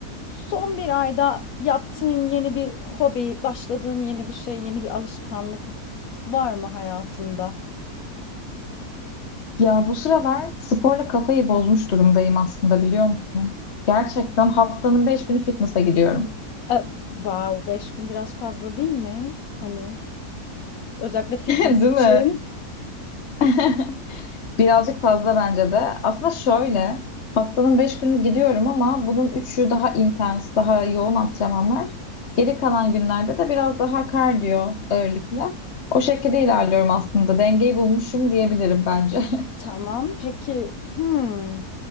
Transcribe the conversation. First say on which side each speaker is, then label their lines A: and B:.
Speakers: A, on the left (about 70°); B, on the left (about 50°).
A: Son bir ayda yaptığın yeni bir hobi, başladığın yeni bir şey, yeni bir alışkanlık var mı hayatında?
B: Ya bu sıralar sporla kafayı bozmuş durumdayım aslında biliyor musun? Gerçekten haftanın beş günü fitness'a gidiyorum.
A: E, wow, beş gün biraz fazla değil mi? Hani özellikle fitness
B: <laughs> Değil
A: için.
B: mi? <laughs> Birazcık fazla bence de. Aslında şöyle, haftanın beş günü gidiyorum ama bunun üçü daha intens, daha yoğun antrenmanlar. Geri kalan günlerde de biraz daha kardiyo ağırlıklı. O şekilde ilerliyorum aslında. Dengeyi bulmuşum diyebilirim bence. <laughs>
A: Tamam, peki. Hmm.